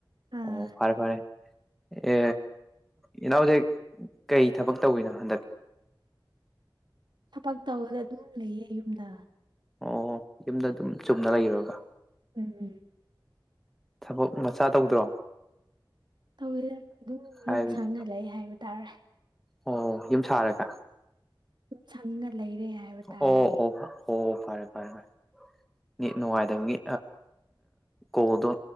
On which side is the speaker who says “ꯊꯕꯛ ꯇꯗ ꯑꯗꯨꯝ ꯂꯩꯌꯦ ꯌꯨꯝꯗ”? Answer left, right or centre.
Right